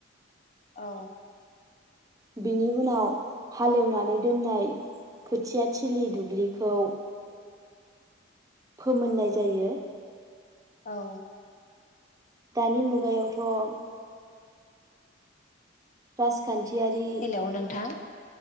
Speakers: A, on the left; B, on the right.
A: औ
B: बिनि उनाव हालेवनानै दोननाय खोथिया थिलि दुब्लिखौ फोमोननाय जायो।
A: औ
B: दानि मुगायावथ' राज खान्थियारि
A: हेलौ नोंथां